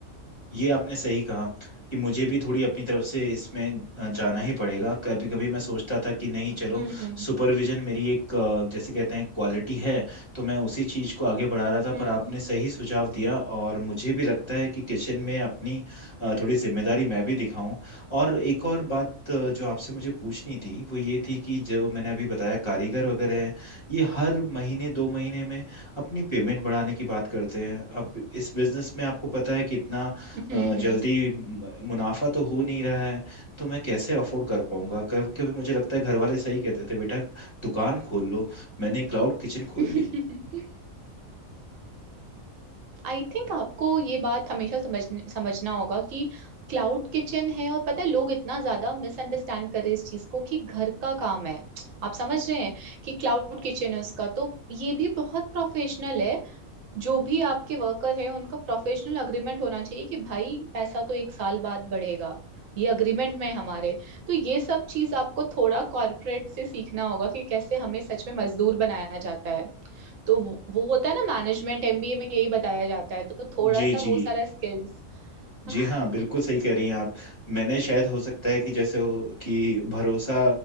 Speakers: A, on the left; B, on the right.
A: ये आपने सही कहा कि मुझे भी थोड़ी अपनी तरफ से इसमें अ, जाना ही पड़ेगा कभी कभी मैं सोचता था कि नहीं
B: हम्म
A: चलो
B: हम्म
A: सुपरविजन मेरी एक अ, जैसे कहते हैं क्वालिटी है तो मैं उसी चीज़ को आगे बढ़ा रहा था
B: हम्म
A: पर आपने सही सुझाव दिया और मुझे भी लगता है कि किचन में अपनी अ, थोड़ी जिम्मेदारी मैं भी दिखाऊं और एक और बात अ, जो आपसे मुझे पूछनी थी वो ये थी कि जो मैंने अभी बताया कारीगर वगैरह हैं ये हर महीने दो महीने में अपनी पेमेंट बढ़ाने की बात करते हैं अब इस बिजनेस में आपको पता है कितना
B: हम्म
A: अ,
B: हम्म
A: जल्दी म- मुनाफा तो हो नहीं रहा है तो मैं कैसे अफोर्ड कर पाऊंगा कभी कभी मुझे लगता है घर वाले सही कहते थे बेटा दुकान खोल लो मैंने क्लाउड किचन खोल
B: हम्म
A: ली
B: <laughs> आई थिंक आपको ये बात हमेशा समझने समझना होगा कि क्लाउड किचन है और पता है लोग इतना ज्यादा मिसअंडरस्टैंड कर रहे हैं इस चीज को कि घर का काम है आप समझ रहे हैं कि क्लाउड किचन है उसका तो ये भी बहुत प्रोफेशनल है जो भी आपके वर्कर है उनका प्रोफेशनल अग्रीमेंट होना चाहिए कि भाई पैसा तो एक साल बाद बढ़ेगा ये अग्रीमेंट में है हमारे तो ये सब चीज आपको थोड़ा कॉर्पोरेट से सीखना होगा कि कैसे हमें सच में मजदूर बनाया जाता है तो वो वो होता है ना मैनेजमेंट एमबीए में यही बताया जाता है तो थोड़ा
A: जी
B: सा
A: जी
B: वो सारा स्किल्स <laughs>
A: जी
B: हम्म
A: हाँ बिल्कुल सही कह रही हैं आप मैंने शायद हो सकता है कि जैसे हो कि भरोसा